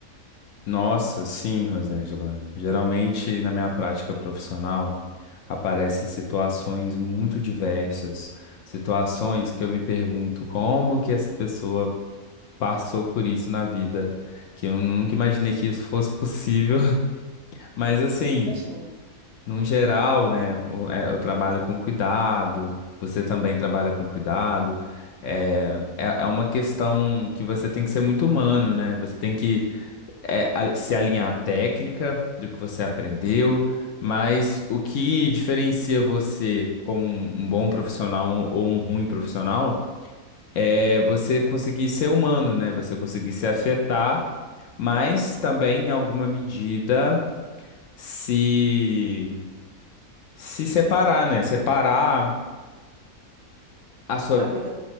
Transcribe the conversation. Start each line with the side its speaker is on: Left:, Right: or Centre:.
Left: Nossa, sim, Rosângela. Geralmente, na minha prática profissional, aparecem situações muito diversas, situações que eu me pergunto como que essa pessoa passou por isso na vida, que eu nunca imaginei que isso fosse possível. <laughs> Mas assim,
Right: Imagina.
Left: num geral, né, o- é, eu, trabalho com cuidado, você também trabalha com cuidado. É, é, é uma questão que você tem que ser muito humano, né? Você tem que é, a- se alinhar à técnica do que você aprendeu, mas o que diferencia você como um, um bom profissional ou um ruim profissional é você conseguir ser humano, né? Você conseguir se afetar, mas também, em alguma medida, se, se separar, né? Separar. A sua,
Right: A vida,